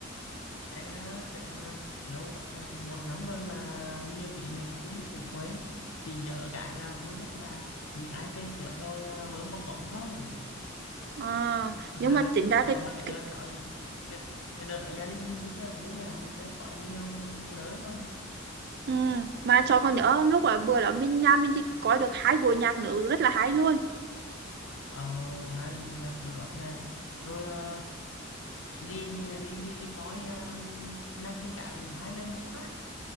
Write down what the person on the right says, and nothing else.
À,
nhưng mà chính ra
cái,
cái
ừ, mà cho con nhớ lúc là bữa đó mình nhà mình đi coi được hai buổi nhạc nữ rất là hay luôn